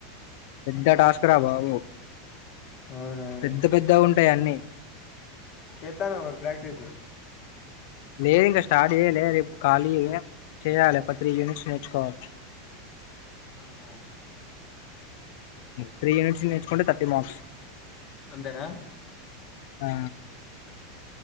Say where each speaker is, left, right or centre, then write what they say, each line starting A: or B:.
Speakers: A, on the left; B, on the left.
A: పెద్ద టాస్క్ రా బాబు
B: అవునవును
A: పెద్ద పెద్దగ ఉంటాయి అన్నీ
B: చేత్తన్నావా మరి ప్రాక్టిస్
A: లేదు ఇంకా స్టార్ట్ చేయలే రేపు ఖాళీ ఏ చేయాలి ఒక త్రీ యూనిట్స్ నేర్చుకోవాలి
B: ఆహా
A: త్రీ యూనిట్స్ నేర్చుకుంటే థర్టీ మార్క్స్
B: అంతేనా
A: ఆ